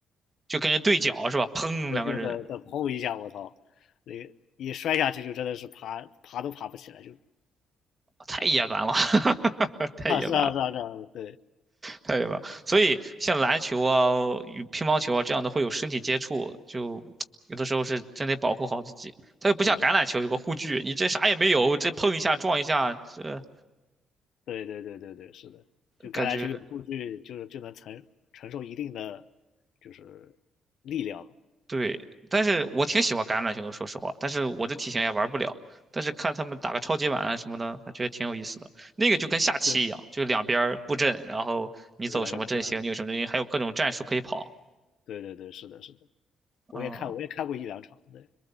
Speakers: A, on the right (about 25°); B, on the left (about 75°).
A: 就跟人对脚是吧？砰，
B: 对，
A: 两个人
B: 就是再砰一下，我操，那一摔下去就真的是爬爬都爬不起来，就
A: 太野蛮了，<laughs> 太野蛮了。
B: 啊是啊是啊是啊，对，
A: 太远了，所以像篮球啊、与乒乓球啊这样的会有身体接触，就有的时候是真得保护好自己。它又不像橄榄球有个护具，
B: 是的，
A: 你这啥也没有，这碰一下撞一下，这
B: 对对对对对，是的，就橄榄球有数据，
A: 感觉
B: 就是就能承承受一定的就是力量嘛，
A: 对。但是我挺喜欢橄榄球的，说实话，但是我这体型也玩不了。但是看他们打个超级碗啊什么的，还觉得挺有意思的。那个就跟下棋一样，
B: 对
A: 就两边儿布阵，然后你走什么阵型，
B: 对，两倍不断的，
A: 你有什么阵型，还有各种战术可以跑。
B: 对对对，是的是的，我也看我也看过一两场，
A: 啊、
B: 对